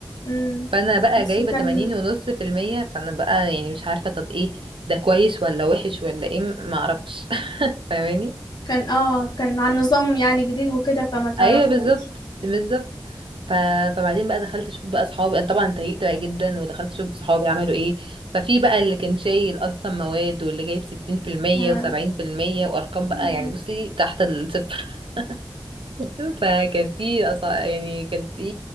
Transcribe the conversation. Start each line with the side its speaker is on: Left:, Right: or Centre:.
Left: امم
Right: فانا بقى
Left: بس
Right: جايبة
Left: كان
Right: تمانين ونص في المية فانا بقى يعني مش عارفة طب ايه ده كويس ولا وحش ولا ايه ما اعرفش <laughs> فاهماني
Left: كان اه كان عن نظام يعني جديد وكده فما تعرفوش
Right: ايوه بالظبط بالظبط ف... فبعدين بقى دخلت اشوف بقى اصحابي انا طبعا اتضايقت بقى جدا ودخلت اشوف صحابي عملوا ايه ففي بقى اللي كان شايل اصلا مواد واللي جايب 60%
Left: اه
Right: و70% وارقام بقى
Left: مم.
Right: يعني بصي تحت الصفر <laughs> فكان في أص... يعني كان في